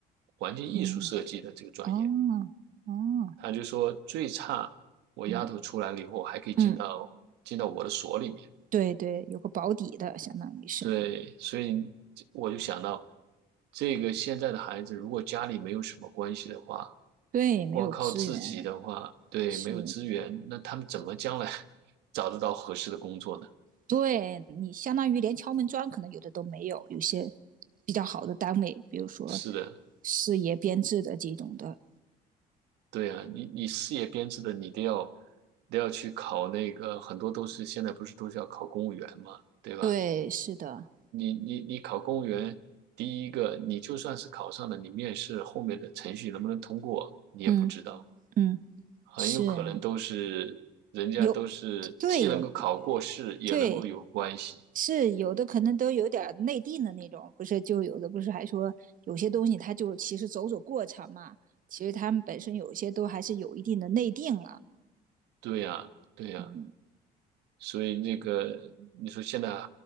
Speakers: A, on the right; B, on the right.
A: 环境艺术设计的这个专业。
B: 嗯哦哦，
A: 他就说最差我丫头出来了以后还可以进到进到我的所里面。
B: 嗯嗯，对对，有个保底的，相当于是，
A: 对，所以我就想到这个现在的孩子，如果家里没有什么关系的话，
B: 对，没有资源，
A: 光靠自己的话，对，
B: 是，
A: 没有资源，那他们怎么将来 <laughs> 找得到合适的工作呢？
B: 对，你相当于连敲门砖可能有的都没有，有些比较好的单位，比如说
A: 是的，
B: 事业编制的这种的，
A: 对啊，你你事业编制的，你都要都要去考那个，很多都是现在不是都是要考公务员嘛，对吧？
B: 对，是的，
A: 你你你考公务员，第一个你就算是考上了，你面试后面的程序能不能通过，你也不知道，
B: 嗯嗯，
A: 很有可能都是人家都是既能够考过试，
B: 是有对，有
A: 也能够有关系。
B: 对是有的，可能都有点内定的那种，不是就有的不是还说有些东西它就其实走走过场嘛，其实他们本身有些都还是有一定的内定了。
A: 对呀，对呀，
B: 嗯
A: 所以那个你说现在